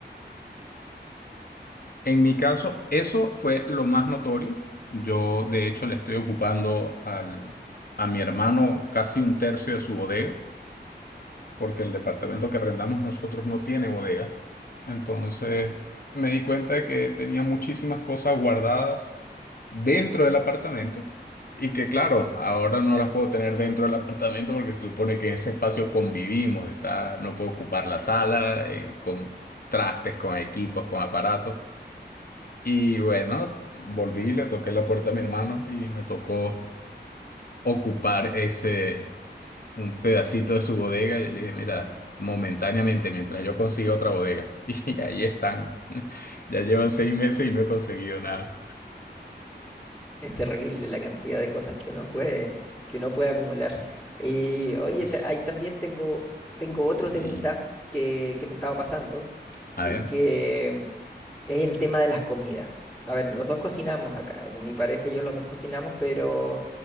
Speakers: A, on the left; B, in the centre.
A: En mi caso, eso fue lo más notorio. Yo, de hecho, le estoy ocupando al, a mi hermano casi un tercio de su bodega, porque el departamento que arrendamos nosotros no tiene bodega. Entonces, me di cuenta de que tenía muchísimas cosas guardadas dentro del apartamento y que, claro, ahora no las puedo tener dentro del apartamento porque se supone que en ese espacio convivimos, está, no puedo ocupar la sala, eh, con trastes, con equipos, con aparatos. Y bueno, volví, le toqué la puerta a mi hermano y me tocó ocupar ese, un pedacito de su bodega. Y le dije, mira, momentáneamente, mientras yo consiga otra bodega. <laughs> Y ahí están. <laughs> Ya llevan seis meses y no he conseguido nada.
B: Es terrible la cantidad de cosas que uno puede, que uno puede acumular. Y oye,
A: S-
B: ta- ahí también tengo, tengo
A: Sí.
B: otro temita que, que me estaba pasando
A: A
B: y
A: ver.
B: que mm, es el tema de las comidas. A ver, los dos cocinamos acá, eh, con mi pareja y yo los dos cocinamos, pero